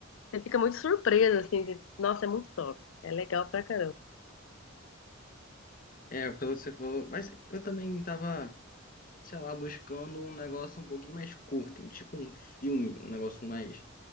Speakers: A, on the left; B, on the left.
A: você fica muito surpreso assim, de- nossa, é muito top. É legal pra caramba.
B: É, pelo que você falou. Mas eu também tava. sei lá, buscando um negócio um pouquinho mais curto, tipo um filme, um negócio mais,